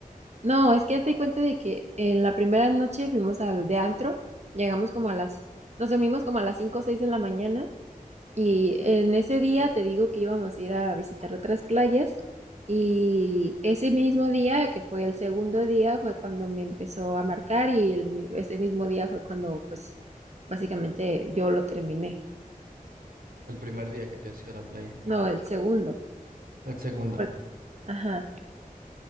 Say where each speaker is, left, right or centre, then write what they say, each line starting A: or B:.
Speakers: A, on the right; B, on the right.
A: No, es que hazte cuenta de que en la primera noche fuimos al de antro, llegamos como a las, nos dormimos como a las 5 o 6 de la mañana y en ese día te digo que íbamos a ir a visitar otras playas y ese mismo día, que fue el segundo día, fue cuando me empezó a marcar y el mi- ese mismo día fue cuando pues básicamente yo lo terminé.
B: El primer día que te ibas a ir a la playa,
A: No, el segundo.
B: el segundo.
A: por- ajá.